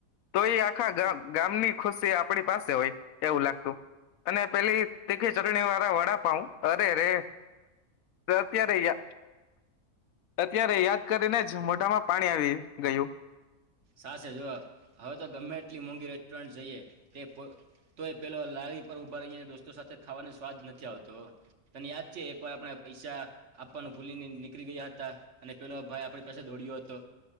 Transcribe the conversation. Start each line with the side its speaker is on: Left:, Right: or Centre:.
Left: તો એ આખા ગામ ગામની ખુશી આપણી પાસે હોય એવું લાગતું અને પેલી તીખી ચટણી વાળા વડાપાઉં અરે રે અત્યારે યા અત્યારે યાદ કરીને જ મોઢામાં પાણી આવી ગયું.
Right: સાસે જુઓ હવે તો ગમે એટલી મોંઘી રેસ્ટોરન્ટ જઈએ તે પ તો એ પેલો લારી પર ઉભા રહીયે દોસ્તો સાથે ખાવાનો સ્વાદ નથી આવતો. તને યાદ છે, એકવાર આપણે પૈસા આપવાનું ભૂલીને નીકળી ગયા હતા અને પેલો ભાઈ આપણી પાસે દોડયો હતો.